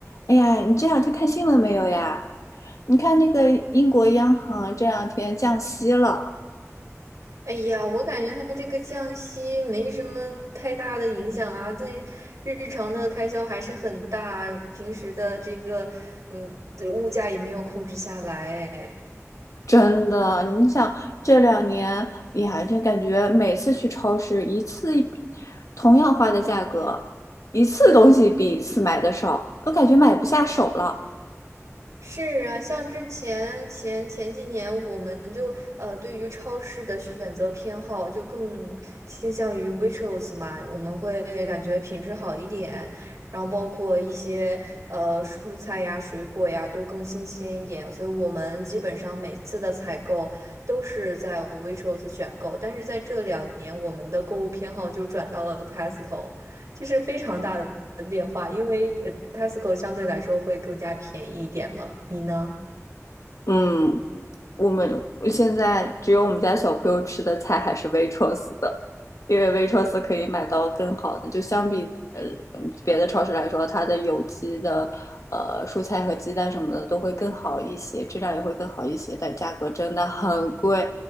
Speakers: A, on the left; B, on the right.
A: 哎呀，你这两天看新闻没有呀？你看那个英国央行这两天降息了，
B: 哎呀，我感觉它这个降息没什么太大的影响啊，对日常的开销还是很大，平时的这个嗯物价也没有控制下来哎
A: 真的。你想这两年，哎呀，就感觉每次去超市一次一同样花的价格，一次东西比一次买的少，都感觉买不下手了。
B: 是啊，像之前前前几年，我们就呃对于超市的选择偏好就更倾向于 w a i t r o s 嘛，我们会感觉品质好一点，然后包括一些呃蔬菜呀、水果呀都更新鲜一点，所以我们基本上每次的采购都是在 w a i t r o s 选购，但是在这两年，我们的购物偏好就转到了 Tesco。就是非常大的变化，因为呃 Tesco 相对来说会更加便宜一点嘛。你呢？
A: 嗯，我们我现在只有我们家小朋友吃的菜还是 w a i r o s 的，因为 w a i r o s 可以买到更好的，就相比呃嗯别的超市来说，它的有机的呃蔬菜和鸡蛋什么的都会更好一些，质量也会更好一些，但价格真的很贵，